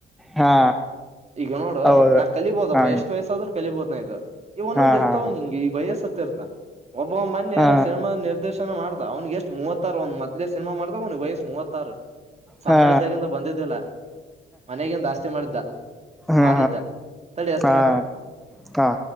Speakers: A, in the centre; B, on the right.
A: ಹಾ
B: ಈಗ ನೋಡು
A: ಹೌದು
B: ನಾ ಕಲಿಬೋದಪ್ಪ
A: ಹಾ
B: ಎಷ್ಟ್ ವಯಸ್ಸಾದ್ರು ಕಲಿ. ಬೋದ್ನಯು ಇವ ಒಂದೊಂದ್
A: ಹಾ
B: ಇರ್ತಾವ್
A: ಹಾ
B: ನಿಂಗೆ ಈ ವಾಯಸ್ಸತ್ತ ಇರ್ತ. ಒಬ್ಬೊಬ್ ಮನ್ಯ
A: ಹಾ
B: ಸಿನಿಮಾ ನಿರ್. ಚಲೊ ಮಾಡ್ದ ಅವ್ಗೆ ಎಷ್ಟು ಮೂವತ್ತಾರು ಒಂದ್ ಮದ್ಲೆ ಸಿನಿಮ ಮಾಡ್ದ ಅವ್ನ್ಗೆ ವಯಸ್ ಮೂವತ್ತಾರು ಸಣ್ಣ
A: ಹಾ ಹಾ
B: ಇದ್ದಾಗಿಂದ ಬಂದಿದ್ದಿಲ್ಲ ಮನೆಗಿಂದ ಆಸ್ತಿ ಮಾಡಿದ್ದ
A: ಹಾ
B: ಮಾರಿದ್ದ ತಳ ಅಸ್ತಿನತ್ತ.
A: ಹಾ ಹಾ ಹಾ